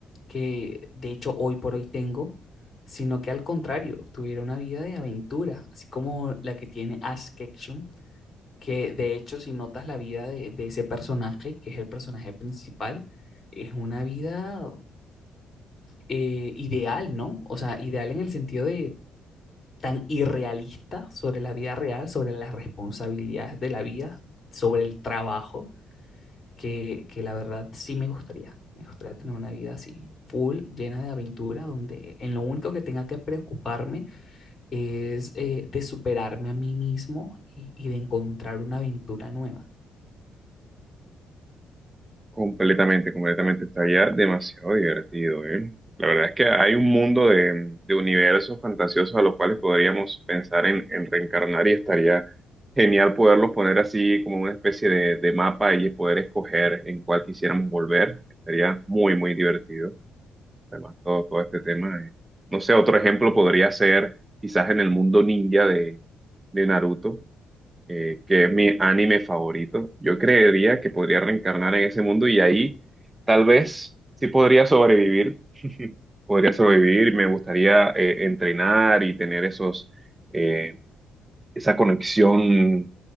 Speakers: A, on the left; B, on the right.
A: que de hecho hoy por hoy tengo, sino que al contrario, tuviera una vida de aventura, así como la que tiene Ash Ketchum, que de hecho si notas la vida de, de ese personaje, que es el personaje principal, es una vida eh, ideal, ¿no? O sea, ideal en el sentido de tan irrealista sobre la vida real, sobre las responsabilidades de la vida, sobre el trabajo, que, que la verdad sí me gustaría. Me gustaría tener una vida así, full, llena de aventura, donde en lo único que tenga que preocuparme es eh, de superarme a mí mismo y, y de encontrar una aventura nueva.
B: Completamente, completamente. Estaría demasiado divertido, ¿eh? La verdad es que hay un mundo de, de universos fantasiosos a los cuales podríamos pensar en, en reencarnar y estaría genial poderlos poner así como una especie de, de mapa y poder escoger en cuál quisiéramos volver. Estaría muy, muy divertido. Además, todo, todo este tema. eh. No sé, otro ejemplo podría ser quizás en el mundo ninja de, de Naruto eh, que es mi anime favorito. Yo creería que podría reencarnar en ese mundo y ahí tal vez sí podría sobrevivir, podría sobrevivir, me gustaría eh, entrenar y tener esos, eh, esa conexión